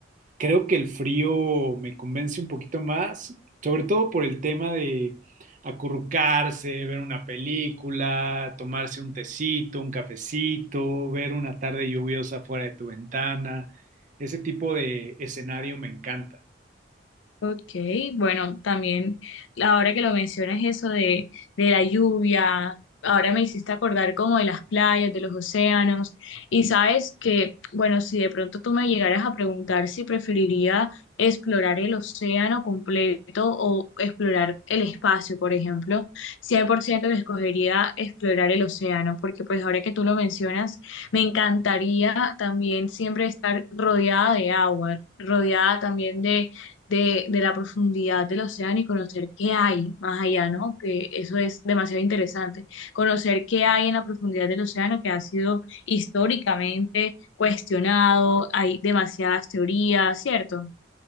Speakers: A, on the right (about 40°); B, on the left (about 75°).
A: Creo que el frío me convence un poquito más, sobre todo por el tema de acurrucarse, ver una película, tomarse un tecito, un cafecito, ver una tarde lluviosa fuera de tu ventana. Ese tipo de escenario me encanta.
B: Ok, bueno, también ahora que lo mencionas eso de, de la lluvia, ahora me hiciste acordar como de las playas, de los océanos, y sabes que, bueno, si de pronto tú me llegaras a preguntar si preferiría explorar el océano completo o explorar el espacio, por ejemplo, 100% que escogería explorar el océano, porque pues ahora que tú lo mencionas, me encantaría también siempre estar rodeada de agua, rodeada también de de, de la profundidad del océano y conocer qué hay más allá, ¿no? Que eso es demasiado interesante. Conocer qué hay en la profundidad del océano que ha sido históricamente cuestionado, hay demasiadas teorías, ¿cierto?